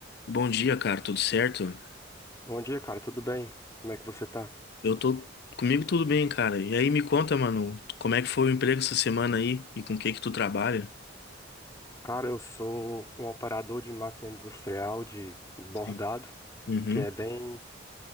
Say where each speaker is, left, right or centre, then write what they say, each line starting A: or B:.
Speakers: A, on the left; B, on the left.
A: Bom dia, cara, tudo certo?
B: Bom dia, cara, tudo bem? Como é que você tá?
A: Eu tô comigo tudo bem, cara. E aí me conta, mano, como é que foi o emprego essa semana aí e com o que que tu trabalha?
B: Cara, eu sou um operador de máquina industrial de bordado,
A: Sim. Uhum,
B: que é bem,